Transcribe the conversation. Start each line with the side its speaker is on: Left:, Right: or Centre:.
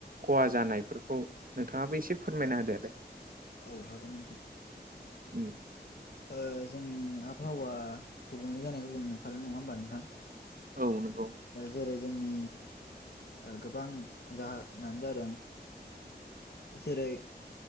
Right: खहा जानायफोरखौ नोंथाङाबो एसे फोरमायना होदो आरो
Left: औ हागोन नोंथां।
Right: उम
Left: ओ जों। आबहावा गुबुंले जानायखौ जों नुखादों नङा होमबा नोंथां?
Right: औ नंगौ।
Left: जेरै जोंनि गोबां जाहोनानो जादों। जेरै,